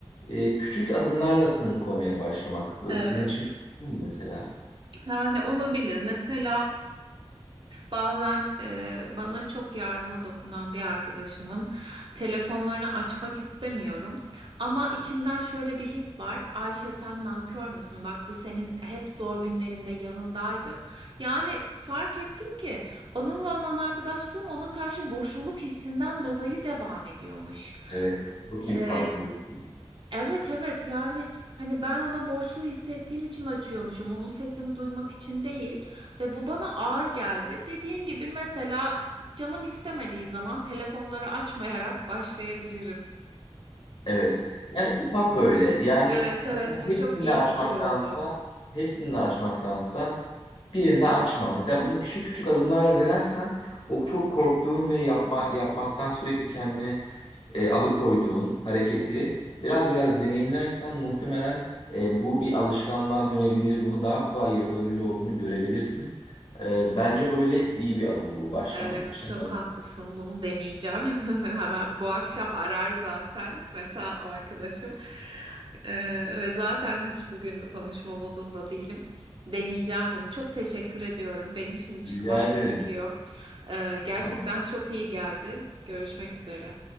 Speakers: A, on the left; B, on the right.
A: e, küçük adımlarla sınır koymaya başlamak. Böyle
B: Evet
A: senin için mümkün mü mesela?
B: yani olabilir mesela bazen e, bana çok yardıma dokunan bir arkadaşımın telefonlarını açmak istemiyorum ama içimden şöyle bir his var Ayşe sen nankör müsün bak bu senin hep zor günlerinde yanındaydı yani fark ettim ki onunla olan arkadaşlığım ona karşı boşluluk hissinden dolayı devam ediyormuş.
A: Evet. Çok iyi
B: Ee,
A: bir farkındalık. bu.
B: evet evet yani hani ben ona borçlu hissettiğim için açıyormuşum onun sesini duymak için değil ve bu bana ağır geldi. Dediğin gibi mesela canım istemediği zaman telefonları açmayarak başlayabilirim.
A: Evet. Yani ufak böyle. Yani
B: Evet evet
A: mesela
B: bu
A: hepsini
B: çok iyi
A: de açmaktansa
B: fikir oldu.
A: hepsini de açmaktansa birini de açma. Mesela bunu küçük küçük adımlarla denersen o çok korktuğun ve yapma yapmaktan sürekli kendini e, alıkoyduğun hareketi biraz biraz deneyimlersen muhtemelen e, bu bir alışkanlığa dönebilir. Bunu daha kolay yapılabilir olduğunu görebilirsin. E, bence böyle iyi bir adım bu başlangıç.
B: Evet,
A: Ne
B: çok haklısın. Bunu deneyeceğim. <laughs> Hemen bu akşam arar zaten. Mesela o arkadaşım. Ee, ve zaten hiç bugün konuşma modunda değilim. Deneyeceğim bunu. Çok teşekkür ediyorum. Benim şimdi çıkmam
A: Rica ederim.
B: <laughs> gerekiyor. Ee, gerçekten
A: Tamam.
B: çok iyi geldi. Görüşmek üzere.